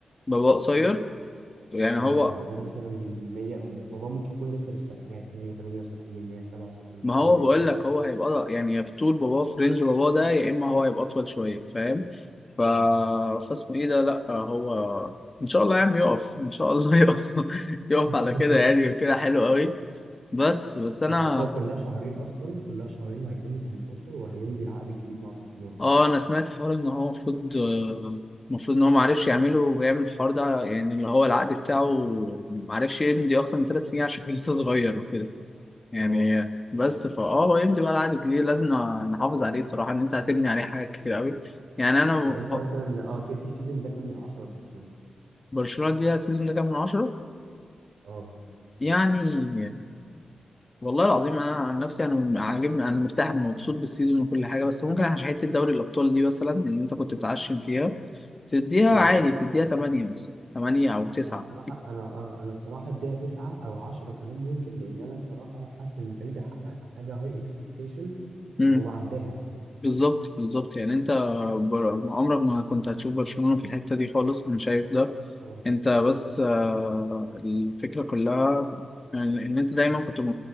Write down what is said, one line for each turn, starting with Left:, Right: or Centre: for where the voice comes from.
Left: باباه قصير يعني
Right: اه
Left: هو
Right: يعني بابا مثلا 100 بابا ممكن يكون لسه في السبعينات 178 177
Left: ما هو
Right: حاجه زي
Left: بقول
Right: كده
Left: لك هو هيبقى يعني يا في طول باباه في رينج باباه ده يا اما هو هيبقى اطول شويه فاهم ف
Right: اه
Left: فاسمه ايه ده لا هو ان شاء الله يا عم يقف ان شاء الله يقف <laughs> يقف
Right: <laughs>
Left: على كده يعني كده حلو قوي بس بس انا
Right: انت عارف هو كلها شهرين اصلا كلها شهرين وهيتم 18 وهيمضي العقد الجديد مع برشلونه
Left: اه انا سمعت حوار ان هو المفروض المفروض ان هو ما عرفش يعمله ويعمل الحوار ده يعني اللي هو العقد بتاعه ما عرفش يمضي اكتر من ثلاث سنين عشان <laughs> كان لسه صغير يعني
Right: اه
Left: بس فاه هو يمضي بقى العقد الجديد لازم نحافظ عليه الصراحه ان انت هتبني عليه حاجات كتير قوي يعني انا
Right: طب انت
Left: ب-
Right: مثلا اه تدي السيزون ده كام من عشرة لبرشلونة
Left: برشلونه دي السيزون ده كام من عشرة
Right: اه
Left: يعني والله العظيم انا عن نفسي انا عاجبني انا مرتاح ومبسوط بالسيزون وكل حاجه بس ممكن عشان حته دوري الابطال دي مثلا اللي انت كنت بتعشم فيها تديها
Right: اه
Left: عادي تديها 8 مثلا 8 او 9
Right: انا الصراحة انا اه انا الصراحة اديها تسعة او عشرة كمان ممكن لان انا الصراحة حاسس ان فريد حقق حاجة هاي اكسبكتيشن
Left: لا
Right: هو عداها
Left: بالظبط بالظبط يعني انت بر- عمرك ما كنت هتشوف برشلونة في الحتة دي خالص انا شايف ده
Right: اه
Left: انت بس آه، الفكرة كلها ان إن انت دايما كنت م-